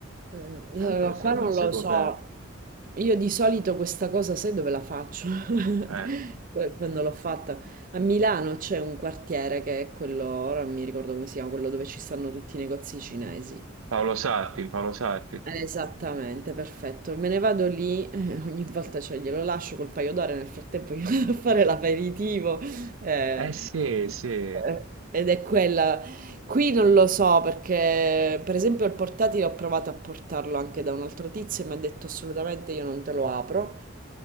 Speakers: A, on the right; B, on the right.
A: Mm,
B: sempre
A: Allora,
B: se
A: qua
B: non
A: non
B: sei
A: lo
B: coperto.
A: so. Io di solito questa cosa, sai dove la faccio? <laughs>
B: Eh,
A: Que- Quando l'ho fatta a Milano c'è un quartiere che è quello, ora non mi ricordo come si chiama, quello dove ci stanno tutti i negozi cinesi.
B: Paolo Sarpi, Paolo Sarpi.
A: Eh, Esattamente, perfetto. Me ne vado lì, eh, ogni volta cioè, glielo lascio col paio d'ore, nel frattempo io <laughs> vado a fare l'aperitivo. eh,
B: Eh sì, sì.
A: eh, ed è quella Qui non lo so perché, per esempio, il portatile ho provato a portarlo anche da un altro tizio e mi ha detto assolutamente io non te lo apro.